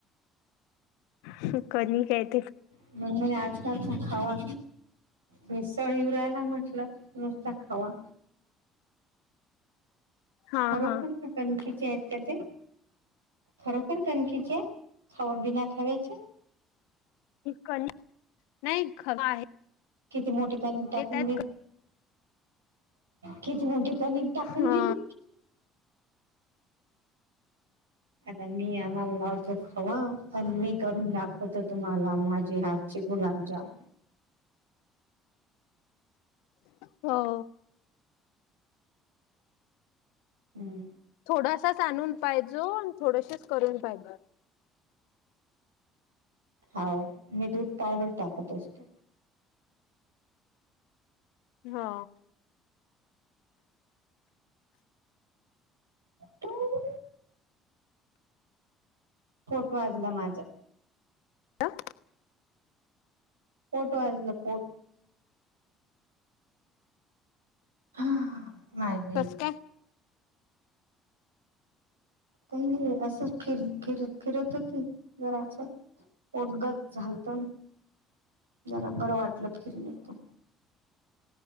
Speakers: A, on the left (about 70°); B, on the right (about 90°).
A: सुख न काही तर
B: म म्हणे आजकालचा खावा मसळी येऊन रायला म्हटलं नुसता खावा
A: हा
B: खरोखर
A: हा.
B: कणकीचे आहेत का ते खरोखर कनखीचे खऊ बीना खावेचे
A: कणी नाही खवा आहे
B: किती मोठी कणी टाकून
A: त्यात
B: दे किती मोठी कणीक टाकून
A: हा
B: दिली आता मी आणला लावतो खवा आणि मी करून दाखवते तुम्हाला माझी हातची ते गुलाबजाम
A: <inaudible> हो
B: हम्म
A: थोडासाच आणून पाहिजो आणि थोडसच करून पाहिज
B: हा मी दूध पावडर टाकत असतो
A: हो
B: टुंग. फोटो आला माझ
A: ह
B: फटवाला फट हा ह मॅग
A: कस काय?
B: काही नाही असं फिर फिर फिरत होती जरा पोटगत झालत जरा बरं वाटलं फिरीलं तो